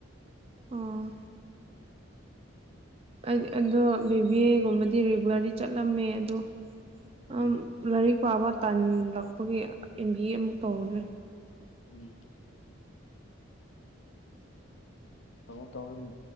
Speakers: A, on the right; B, on the left.
A: ꯑꯣꯥ ꯑꯩ ꯑꯗꯣ ꯕꯤꯕꯤ ꯑꯦꯒꯨꯝꯕꯗꯤ ꯔꯤꯒꯨꯂꯔꯂꯤ ꯆꯠꯂꯝꯃꯦ ꯑꯗꯣ
B: ꯎꯝ
A: ꯑꯝ ꯂꯥꯏꯔꯤꯛ ꯄꯥꯕ ꯇꯥꯟꯜꯂꯛꯄꯒꯤ ꯑꯦꯝ ꯕꯤ ꯑꯦ ꯑꯃꯨꯛ ꯇꯧꯗ꯭ꯔꯦ
B: ꯎꯝ ꯇꯧ ꯇꯧ ꯑꯗꯨꯝ